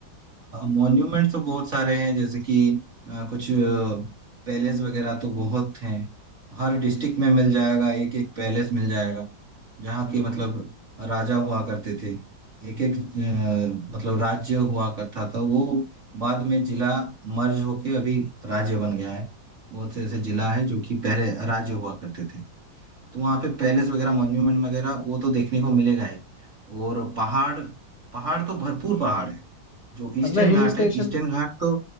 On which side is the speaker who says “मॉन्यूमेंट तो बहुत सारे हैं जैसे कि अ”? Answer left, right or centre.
Right